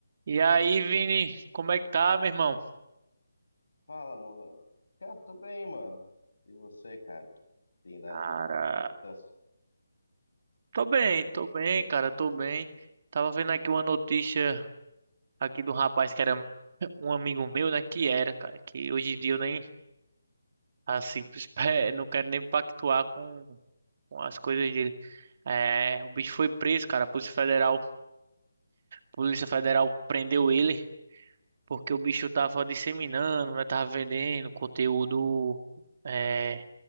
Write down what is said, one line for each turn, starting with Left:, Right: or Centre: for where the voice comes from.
Right: E aí, Vini, como é que tá, meu irmão?
Left: Fala, Mohamed. Cara, tô bem, mano. E você, cara? Tem dado.
Right: Cara,
Left: Como que tão...
Right: tô bem,
Left: Como...
Right: tô
Left: é que-
Right: bem, cara, tô bem. Tava vendo aqui uma notícia aqui do rapaz que era um amigo meu, né? Que era, cara, que hoje em dia eu nem, assim, <laughs> espé- não quero nem pactuar com, com as coisas dele. É, o bicho foi preso, cara, a Polícia Federal, Polícia Federal prendeu ele porque o bicho tava disseminando, né? Tava vendendo conteúdo. é,